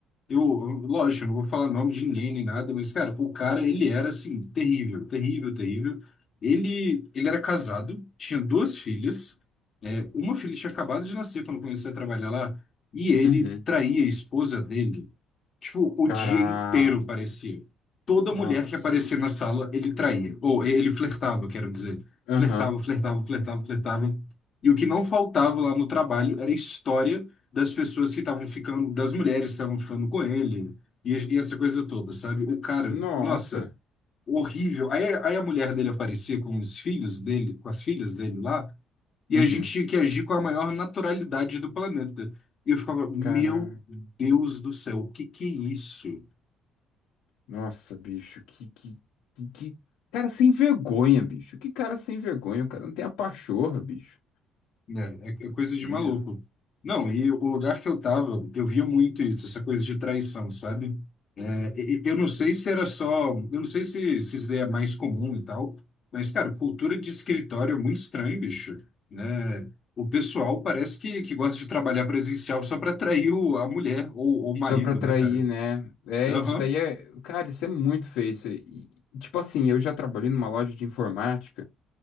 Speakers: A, on the left; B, on the left.
A: eu, lógico, eu não vou falar nome de ninguém nem nada, mas, cara, o cara, ele era, assim, terrível, terrível, terrível. Ele, ele era casado, tinha duas filhas, é, uma filha tinha acabado de nascer quando eu comecei a trabalhar lá, e ele
B: Uhum.
A: traía a esposa dele, tipo, o
B: Caraca.
A: dia inteiro, parecia. Toda
B: Nossa.
A: mulher que aparecia na sala, ele traía, ou ele flertava, quero dizer.
B: Aham.
A: Flertava, flertava, flertava, flertava. E o que não faltava lá no trabalho era história das pessoas que estavam ficando, das mulheres que estavam ficando com ele, e, e essa coisa toda, sabe? O cara,
B: Nossa.
A: nossa, horrível. Aí, aí a mulher dele aparecia com os filhos dele, com as filhas dele lá, e
B: Uhum.
A: a gente tinha que agir com a maior naturalidade do planeta. E eu ficava, meu
B: Caraca.
A: Deus do céu, o que que é isso?
B: Nossa, bicho. Que, que, que, que cara sem vergonha, bicho. Que cara sem vergonha. O cara não tem a pachorra, bicho.
A: né? É,
B: Não
A: é coisa
B: é possível.
A: de maluco. Não, e o lugar que eu tava, eu via muito isso, essa coisa de traição, sabe? É, e- e- eu não sei se era só, eu não sei se, se isso daí é mais comum e tal, mas, cara, cultura de escritório é muito estranho, bicho, né? O pessoal parece que, que gosta de trabalhar presencial só pra atrair o, a mulher ou, ou o marido,
B: Só pra atrair,
A: né, cara?
B: né? É,
A: Aham,
B: isso daí é. Cara, isso é muito feio. Isso aí. E, Tipo assim, eu já trabalhei numa loja de informática